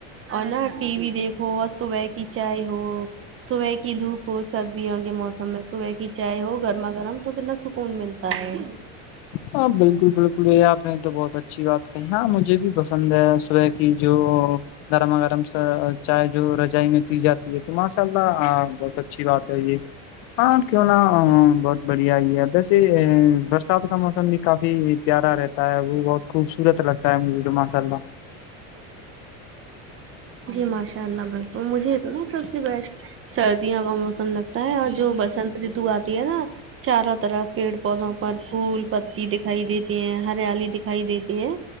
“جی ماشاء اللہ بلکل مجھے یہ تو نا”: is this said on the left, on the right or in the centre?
Right